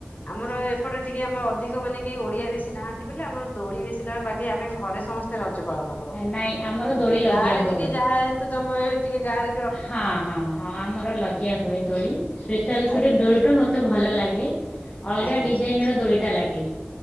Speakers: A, on the left (about 45°); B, on the left (about 25°).
A: ଆମର ଏପଟେ ଟିକେ ଆମେ ଅଧିକ ମାନେ କେହି ଓଡିଆ ବେଶୀ ନାହାନ୍ତି ବୋଲି ଆମର ଦୋଳି ବେଶୀ ଲାଗା ବାକି ଆମେ ଘରେ ସମସ୍ତେ ରଜ ପାଳନ କରୁ
B: ନାଇଁ ଆମର
A: ଏମତି
B: ଦୋଳି ଲଗିଆ
A: ଗାଁରେ
B: ହୁଏ
A: ଟିକେ ଯାହା ହେତୁ ତମେ ଟିକେ ଗାଁରେ
B: ହଁ ହଁ ହଁ ଆମର ଲଗେଇଆ ହୁଏ ଦୋଳି ସ୍ପେଶାଲ କରି
A: ଆଜ୍ଞା
B: ଦୋଳି ଟା ମତେ ଭଲ ଲାଗେ ଅଲଗା
A: ଆଜ୍ଞା
B: ଡିଜାଇନର
A: ଆଜ୍ଞା
B: ଦୋଳିଟା ଲାଗେ।